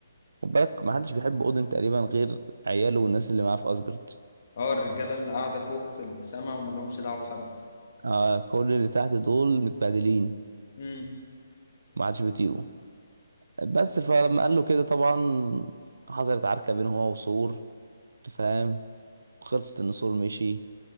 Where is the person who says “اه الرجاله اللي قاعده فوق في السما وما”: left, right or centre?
Left